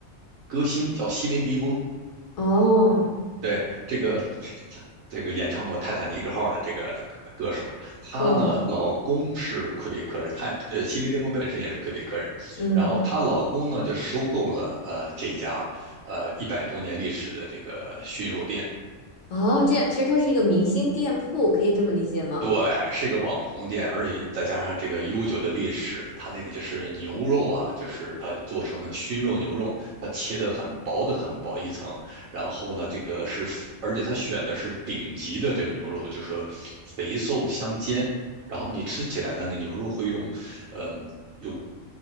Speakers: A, on the right (about 70°); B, on the left (about 70°).
A: 歌星叫席林迪翁，
B: 哦，
A: 对，这个这这个演唱过《泰坦尼克号》的这个歌手，她呢，
B: 哇，
A: 老公是魁北克人，她呃，西琳·迪翁本身也是魁北克人，
B: 嗯。
A: 然后她老公呢就收购了呃这家呃一百多年历史的这个熏肉店，
B: 哦，这样其实它是一个明星店铺，可以这么理解吗？
A: 对，是个网红店，而且再加上这个悠久的历史，它那个就是牛肉啊，就是它做成的熏肉牛肉，它切的很薄的很薄一层，然后呢，这个是，而且它选的是顶级的这个牛肉，就是说肥瘦相间，然后你吃起来呢，那牛肉会有一种，嗯，有